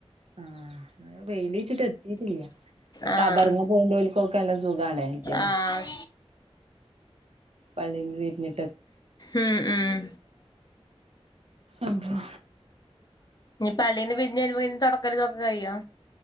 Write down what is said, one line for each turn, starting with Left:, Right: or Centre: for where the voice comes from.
Right: ആ വെയില് ഇച്ചീട്ട് എത്തീട്ടില്ലാ
Left: ആഹ്
Right: കബറിങ്ങ് പോവുണ്ടോൽക്കൊക്കെ നല്ല സുഖാണേ എനിക്ക്
Left: ആഹ്
Right: പള്ളീന്ന് വീട്ടിലേ
Left: ഉം ഉം
Right: അതോ
Left: ഇനി പള്ളീന്ന് പിരിഞ്ഞ് വരുമ്പോ ഇനി തൊട <unintelligible> കയ്യോ?